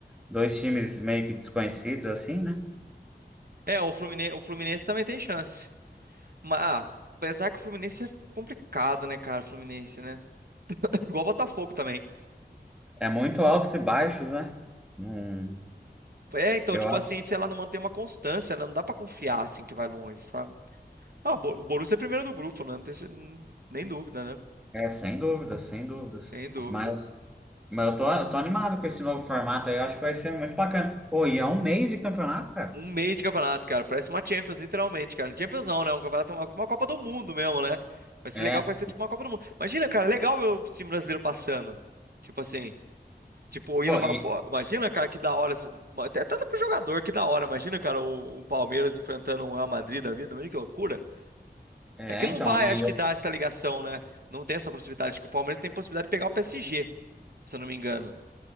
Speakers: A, in the centre; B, on the right (about 60°).
A: dois times meio que desconhecidos, assim, né?
B: É, o Fluminense, o Fluminense também tem chance. Mas, ah, apesar que o Fluminense é complicado, né, cara? O Fluminense, né? <laughs> Igual o Botafogo também.
A: É muito altos e baixos, né? Não,
B: É, então,
A: eu
B: tipo
A: acho.
B: assim, se ela não mantém uma constância, né? Não dá pra confiar, assim, que vai longe, sabe? Ah, o Bo- o Borussia é primeiro do grupo, né? Não tem, se- nem dúvida, né?
A: É, sem dúvidas, sem dúvidas.
B: Sem dúvida.
A: Mas. Mas eu tô, eu tô animado com esse novo formato aí, eu acho que vai ser muito bacana. Ô, e é um mês de campeonato, cara?
B: Um mês de campeonato, cara. Parece uma Champions, literalmente, cara. Champions não, né? Um campeonato, uma, uma Copa do Mundo mesmo, né? Vai ser
A: É.
B: legal que vai ser tipo uma Copa do Mundo. Imagina, cara, legal ver o time brasileiro passando. Tipo assim, tipo, indo
A: Ô,
B: uma.
A: e,
B: pô, Imagina, cara, que da hora. assim, uma- Até até pro jogador, que da hora. Imagina, cara, o, o Palmeiras enfrentando um Real Madrid da vida. Imagina que loucura.
A: é,
B: É que não
A: então,
B: vai,
A: e
B: acho que, dar essa ligação, né? Não tem essa possibilidade. Acho que o Palmeiras tem possibilidade de pegar o PSG, se eu não me engano.